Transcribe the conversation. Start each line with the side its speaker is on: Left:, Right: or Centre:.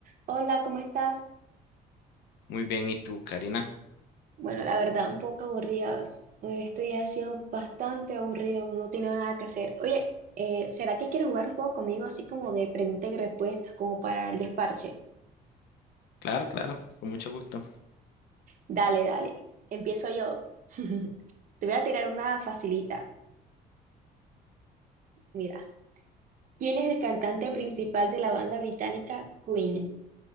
Right: Hola, ¿cómo estás?
Left: Muy bien, ¿y tú, Karina?
Right: Bueno, la verdad, un poco aburridas. Esto ya ha sido bastante aburrido, no tengo nada que hacer. Oye, eh, ¿será que quieres jugar un juego conmigo así como de preguntas y respuestas, como para el desparche?
Left: Claro, claro, con mucho gusto.
Right: Dale, dale. Empiezo yo. <laughs> Te voy a tirar una facilita. Mira, ¿quién es el cantante principal de la banda británica Queen?